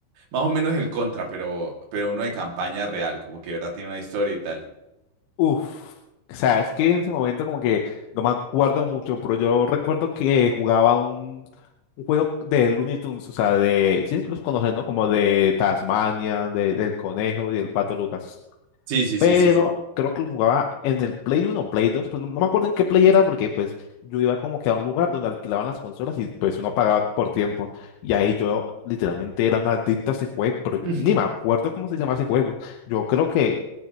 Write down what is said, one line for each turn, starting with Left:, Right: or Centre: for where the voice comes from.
Right: más o menos el Contra, pero, pero uno de campaña real, como que de verdad tiene una historia y tal.
Left: Uf, o sea, es que en ese momento como que no me acuerdo mucho, pero yo recuerdo que jugaba un, un juego de Looney Tunes, o sea, de, sí, los conoces, ¿no? Como de Tasmania, de- del Conejo y del Pato Lucas.
Right: Sí, sí,
Left: Pero
Right: sí, sí, sí.
Left: creo que lo jugaba en el Play uno, Play 2, pero no, no me acuerdo en qué Play era porque pues yo iba como que a un lugar donde alquilaban las consolas y pues uno pagaba por tiempo. Y ahí yo literalmente era una adicta a ese juego, pero yo
Right: <laughs>
Left: ni me acuerdo cómo se llama ese juego. Yo creo que